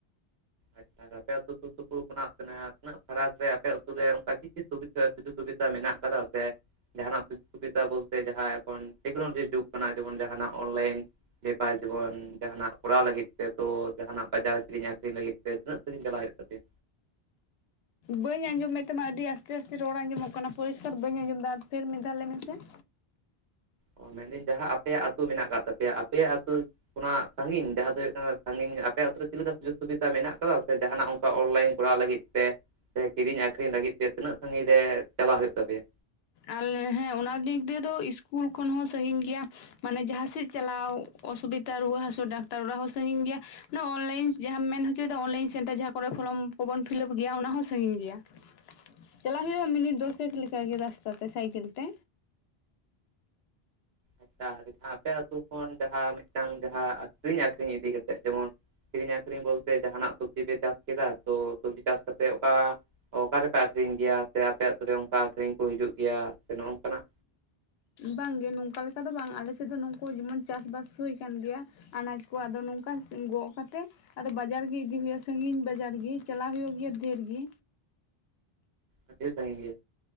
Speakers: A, on the right; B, on the left.
A: ᱟᱪᱪᱷᱟ ᱟᱯᱮ ᱟᱹᱛᱩ ᱥᱩᱨᱥᱩᱯᱩᱨ ᱠᱷᱚᱱᱟᱜ ᱟᱸ ᱛᱤᱱᱟᱹᱜ ᱯᱷᱟᱨᱟᱠ ᱨᱮ ᱟᱯᱮ ᱟᱹᱛᱩ ᱨᱮ ᱚᱝᱠᱟ ᱪᱮᱫ ᱪᱮᱫ ᱥᱩᱵᱤ ᱫᱟ ᱥᱩᱡᱳᱜ ᱥᱩᱵᱤᱫ ᱢᱮᱱᱟᱜ ᱠᱟᱫᱟ ᱥᱮ ᱡᱟᱦᱟᱸᱱᱟᱜ ᱥᱩᱡᱳᱜ ᱥᱩᱵᱤᱛᱟ ᱵᱚᱞᱛᱮ ᱡᱟᱦᱟᱸ ᱮᱠᱷᱚᱱ ᱴᱮᱠᱱᱳᱞᱚᱡᱤ ᱡᱩᱜᱽ ᱠᱟᱱᱟ ᱡᱮᱢᱚᱱ ᱡᱟᱦᱟᱸᱱᱟᱜ ᱚᱱᱞᱟᱭᱤᱱ ᱵᱮᱯᱟᱨ ᱡᱤᱵᱚᱱ ᱡᱟᱦᱟᱸᱱᱟᱜ ᱠᱚᱨᱟᱣ ᱞᱟᱹᱜᱤᱫ ᱛᱮ ᱛᱚ ᱡᱟᱦᱟᱸᱱᱟᱜ ᱵᱟᱡᱟᱨ ᱠᱤᱨᱤᱧ ᱟᱠᱷᱨᱤᱧ ᱞᱟᱹᱜᱤᱫ ᱛᱮ ᱛᱤᱱᱟᱹᱜ ᱥᱟᱺᱜᱤᱧ ᱪᱟᱞᱟᱣ ᱦᱩᱭᱩᱜ ᱛᱟᱯᱮᱭᱟ?
B: ᱵᱟᱹᱧ ᱟᱸᱡᱚᱢᱮᱫ ᱛᱟᱢᱟ ᱟᱹᱰᱤ ᱟᱥᱛᱮ ᱟᱥᱛᱮ ᱨᱚᱲ ᱟᱸᱡᱚᱢᱚᱜ ᱠᱟᱱᱟ ᱯᱚᱨᱤᱥᱠᱟᱨ ᱵᱟᱹᱧ ᱟᱸᱡᱚᱢᱫᱟ ᱯᱷᱮᱨ ᱢᱤᱫ ᱫᱷᱟᱣ ᱞᱟᱹᱭ ᱢᱮᱥᱮ᱾ <inaudible>
A: ᱚ ᱢᱮᱱᱫᱟᱹᱧ ᱡᱟᱦᱟᱸ ᱟᱯᱮᱭᱟᱜ ᱟᱹᱛᱩ ᱢᱮᱱᱟᱜ ᱠᱟᱫ ᱛᱟᱯᱮᱭᱟ, ᱟᱯᱮᱭᱟᱜ ᱟᱹᱛᱩ ᱚᱱᱟᱚ ᱥᱟᱺᱜᱤᱧ ᱡᱟᱦᱟᱸ ᱫᱚ ᱦᱩᱭᱩᱜ ᱠᱟᱱᱟ ᱥᱟᱺᱜᱤᱧ ᱟᱯᱮ ᱟᱛᱩ ᱨᱮ ᱪᱮᱫ ᱞᱮᱠᱟ ᱥᱩᱡᱳᱜ ᱥᱩᱵᱤᱫᱷᱟ ᱢᱮᱱᱟᱜ ᱠᱟᱫᱟ ᱥᱮ ᱡᱟᱦᱟᱱᱟᱜ ᱚᱱᱠᱟ ᱚᱱᱞᱟᱭᱤᱱ ᱠᱚᱨᱟᱣ ᱞᱟᱹᱜᱤᱫ ᱛᱮ ᱥᱮ ᱠᱤᱨᱤᱧ ᱟᱠᱷᱨᱤᱧ ᱞᱟᱹᱜᱤᱫ ᱛᱮ ᱛᱤᱱᱟᱹᱜ ᱥᱟᱺᱜᱤᱧ ᱨᱮ ᱪᱟᱞᱟᱣ ᱦᱩᱭᱩᱜ ᱛᱟᱯᱮᱭᱟ?
B: ᱟᱞᱮ ᱦᱮᱸ ᱚᱱᱟ ᱫᱤᱠ ᱫᱤᱭᱮ ᱫᱚ ᱤᱥᱠᱩᱞ ᱠᱷᱚᱱ ᱦᱚᱸ ᱥᱟᱹᱜᱤᱧ ᱜᱮᱭᱟ, ᱢᱟᱱᱮ ᱡᱟᱦᱟᱸ ᱥᱮᱫ ᱪᱟᱞᱟᱣ ᱚᱥᱩᱵᱤᱫᱟ ᱨᱩᱣᱟᱹ ᱦᱟᱹᱥᱩ ᱰᱟᱠᱛᱟᱨ ᱚᱲᱟᱜ ᱦᱚᱸ ᱥᱟᱹᱜᱤᱧ ᱜᱮᱭᱟ, ᱱᱚᱣᱟ ᱚᱱᱞᱟᱭᱤᱱ ᱡᱟᱦᱟᱸᱟᱢ ᱢᱮᱱ ᱦᱚᱪᱚᱭᱫᱟ ᱚᱱᱞᱟᱭᱤᱱ ᱥᱮᱱᱴᱟᱨ ᱡᱟᱦᱟᱸ ᱠᱚᱨᱮ ᱯᱷᱚᱨᱚᱢ ᱠᱚᱵᱚᱱ ᱯᱷᱤᱞᱟᱯ ᱜᱮᱭᱟ ᱚᱱᱟ ᱦᱚᱸ ᱥᱟᱹᱜᱤᱧ ᱜᱮᱭᱟ᱾ ᱪᱟᱞᱟᱜ ᱦᱩᱭᱩᱜᱼᱟ ᱢᱤᱱᱤᱴ ᱫᱚᱥᱮᱠ ᱞᱮᱠᱟ ᱜᱮ ᱨᱟᱥᱛᱟ ᱛᱮ ᱥᱟᱭᱠᱮᱞ ᱛᱮ᱾
A: ᱟᱪᱪᱷᱟ ᱡᱟᱦᱟᱸ ᱟᱯᱮ ᱟᱹᱛᱩ ᱠᱷᱚᱱ ᱡᱟᱦᱟᱸ ᱢᱤᱫᱴᱟᱝ ᱡᱟᱦᱟᱸ ᱟᱠᱤᱨᱤᱧ ᱟᱠᱷᱨᱤᱧ ᱤᱫᱤ ᱠᱟᱛᱮᱫ ᱡᱮᱢᱚᱱ ᱠᱤᱨᱤᱧ ᱟᱹᱠᱷᱨᱤᱧ ᱵᱚᱞᱛᱮ ᱡᱟᱦᱟᱸᱱᱟᱜ ᱥᱚᱵᱽᱡᱤ ᱯᱮ ᱪᱟᱥ ᱠᱮᱫᱟ ᱛᱚ ᱥᱚᱵᱽᱡᱤ ᱪᱟᱥ ᱠᱟᱛᱮᱜ ᱚᱠᱟ ᱚᱠᱟᱨᱮᱯᱮ ᱟᱹᱠᱷᱨᱤᱧ ᱜᱮᱭᱟ ᱥᱮ ᱟᱯᱮ ᱟᱹᱛᱩ ᱨᱮ ᱚᱱᱠᱟ ᱠᱤᱨᱤᱧ ᱠᱚ ᱦᱤᱡᱩᱜ ᱜᱮᱭᱟ? ᱥᱮ ᱱᱚᱜᱼᱚᱝᱠᱟᱱᱟᱜ
B: ᱵᱟᱝᱜᱮ ᱱᱚᱝᱠᱟ ᱞᱮᱠᱟ ᱫᱚ, ᱵᱟᱝ ᱟᱞᱮ ᱥᱮᱫ ᱫᱚ ᱱᱩᱠᱩ ᱡᱮᱢᱚᱱ ᱪᱟᱥᱵᱟᱥ ᱦᱩᱭ ᱠᱟᱱ ᱜᱮᱭᱟ ᱟᱱᱟᱡᱽ ᱠᱚ ᱟᱫᱚ ᱱᱚᱝᱠᱟ ᱜᱚᱜ ᱠᱟᱛᱮᱜ ᱟᱫᱚ ᱵᱟᱡᱟᱨ ᱜᱤ ᱤᱫᱤ ᱦᱩᱭᱩᱜᱼᱟ ᱥᱟᱹᱜᱤᱧ ᱵᱟᱡᱟᱨ ᱜᱤ ᱪᱟᱞᱟᱜ ᱦᱩᱭᱩᱜ ᱜᱮᱭᱟ ᱫᱷᱮᱹᱨ ᱜᱤ᱾
A: ᱟᱹᱰᱤ ᱥᱟᱸᱜᱤᱱ ᱜᱮᱭᱟ᱾